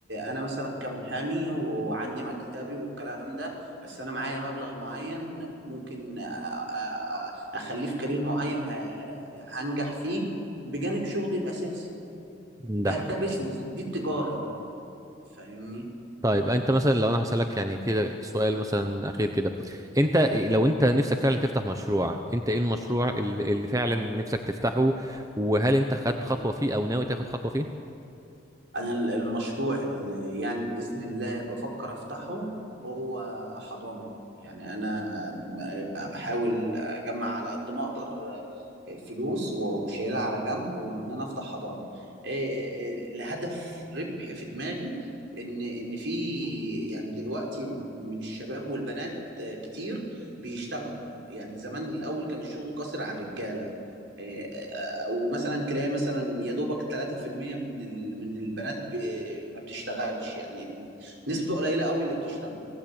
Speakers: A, on the right; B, on the right.
A: انا مثلا كمحامي وعندي مكتبي والكلام ده بس انا معايا مبلغ معين ممكن أ- أ- اخليه في كارير معين ه- ه- هنجح فيه بجانب شغلي الاساسي
B: ده
A: ده ده بيزنس دي التجارة فاهمني
B: طيب انت مثلا لو انا هسألك يعني كده سؤال مثلا اخير كده انت لو انت نفسك فعلا تفتح مشروع انت ايه المشروع اللي اللي فعلا نفسك تفتحه وهل انت خدت خطوة فيه او ناوي تاخد خطوة فيه؟
A: انا ال- المشروع اللي يعني باذن الله بفكر افتحه هو حضانه يعني انا م- ب- بحاول اجمع على قد ما اقدر آه، فلوس و- وشايلها على جنب وان انا افتح حضانه آه، آه، آه، الهدف ربح في دماغي ان ان في يعني دلوقتي من الشباب والبنات آه، كتير بيشتغلوا يعني زمان الاول كان الشغل قاصر على الرجاله آه، او مثلا تلاقي مثلا يا دوبك 3% من ال- من البنات ب- ما بتشتغلش يعني ال- نسبة قليلة قوي اللي بتشتغل